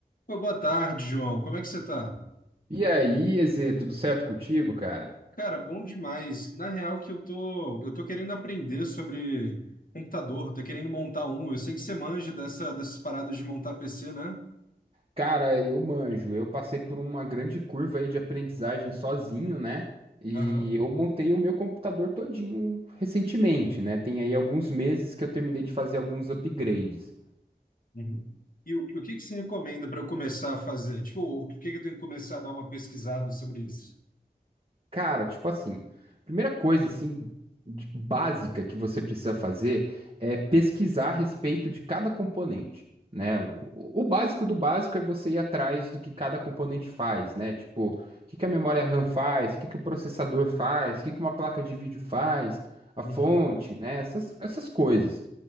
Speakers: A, on the left; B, on the right.
A: Pô, boa tarde, João. Como é que você tá?
B: E aí, Eze, tudo certo contigo, cara?
A: Cara, bom demais. Na real que eu tô, eu tô querendo aprender sobre computador, tô querendo montar um. Eu sei que você manja dessa, dessas paradas de montar PC, né?
B: Cara, eu manjo. Eu passei por uma grande curva aí de aprendizagem sozinho, né? E
A: Aham.
B: eu montei o meu computador todinho recentemente, né? Tem aí alguns meses que eu terminei de fazer alguns upgrades.
A: Uhum. E o, o que que você recomenda para eu começar a fazer? Tipo, o que que eu tenho que começar a dar uma pesquisada sobre isso?
B: Cara, tipo assim, primeira coisa assim de- básica que você precisa fazer é pesquisar a respeito de cada componente, né? O, o básico do básico é você ir atrás do que cada componente faz, né? Tipo, o que que a memória RAM faz, o que que o processador faz, o que que uma placa de vídeo faz, a fonte,
A: Uhum.
B: né? Essas, essas coisas.